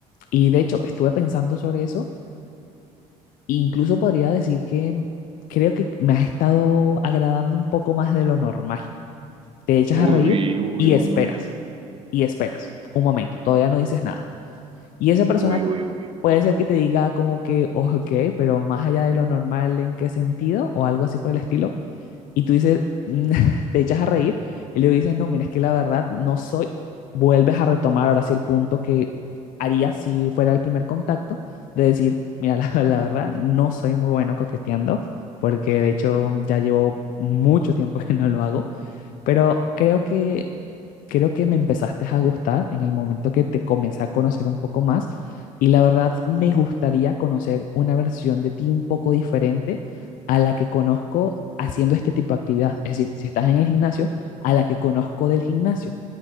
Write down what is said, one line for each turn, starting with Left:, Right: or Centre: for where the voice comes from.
Left: y de hecho estuve pensando sobre eso e incluso podría decir que mm, creo que me has estado agradando un poco más de lo normal te echas a
Right: Uy,
Left: reír
Right: uy,
Left: y
Right: uy,
Left: esperas,
Right: uy,
Left: y esperas un momento, todavía no dices nada. Y esa persona
Right: uy, uy, uy.
Left: puede ser que te diga como que, ok, pero más allá de lo normal, ¿en qué sentido? O algo así por el estilo. Y tú dices, mm, <laughs> te echas a reír y le dices, no, mira, es que la verdad no soy, vuelves a retomar ahora sí el punto que haría si fuera el primer contacto, de decir, mira, <laughs> la, la verdad no soy muy bueno coqueteando, porque de hecho ya llevo mucho tiempo que no lo hago, pero creo que, creo que me empezaste a gustar en el momento que te comencé a conocer un poco más y la verdad me gustaría conocer una versión de ti un poco diferente a la que conozco haciendo este tipo de actividad. Es decir, si estás en el gimnasio, a la que conozco del gimnasio